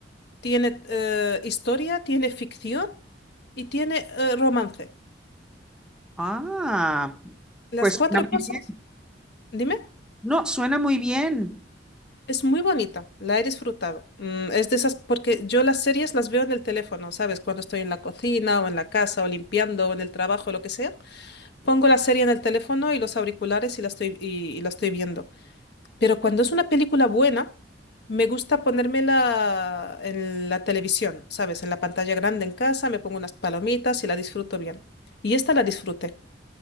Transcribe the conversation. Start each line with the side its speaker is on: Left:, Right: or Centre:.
Left: tiene eh, historia, tiene ficción y tiene eh, romance.
Centre: Ah,
Left: Las
Centre: pues
Left: cuatro
Centre: suena muy
Left: cosas,
Centre: bien.
Left: dime.
Centre: No, suena muy bien,
Left: Es muy bonita, la he disfrutado. Mm, es de esas, porque yo las series las veo en el teléfono, ¿sabes? Cuando estoy en la cocina o en la casa o limpiando o en el trabajo, lo que sea, pongo la serie en el teléfono y los auriculares y la estoy, y, y la estoy viendo. Pero cuando es una película buena, me gusta ponérmela en la televisión, ¿sabes? En la pantalla grande en casa, me pongo unas palomitas y la disfruto bien. Y esta la disfruté.